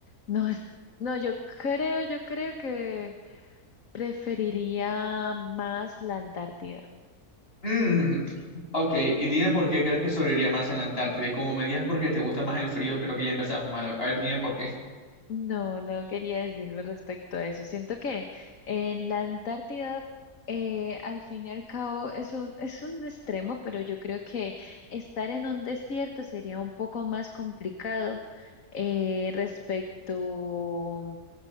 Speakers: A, on the left (about 55°); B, on the left (about 35°).
A: No, es- no, yo creo, yo creo que preferiría más la Antártida.
B: <laughs> Ok, y dime por qué crees que sobreviviría más en la Antártida. Y como me digas porque te gusta más el frío, creo que ya empezamos mal. A ver, dime por qué.
A: No, no quería decirlo respecto a eso. Siento que en la Antártida, eh, al fin y al cabo, es un, es un extremo, pero yo creo que estar en un desierto sería un poco más complicado eh, respecto